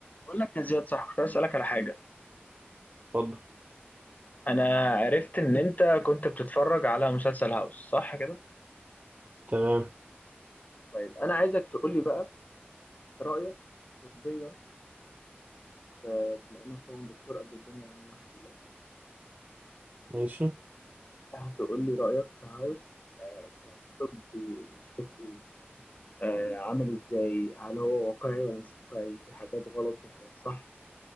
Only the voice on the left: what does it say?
بقول لك يا زياد صح كنت عايز اسالك على حاجه
انا عرفت ان انت كنت بتتفرج على مسلسل هاوس صح كده
طيب انا عايزك تقول لي بقى رايك طبيا آه، بما انك طبعا دكتور قد الدنيا يعني ما شاء الله
هتقول لي رايك في هاوس آه، كطبي مشكلتي آه، عامل ازاي هل هو واقعي ولا مش واقعي في حاجات غلط في حاجات صح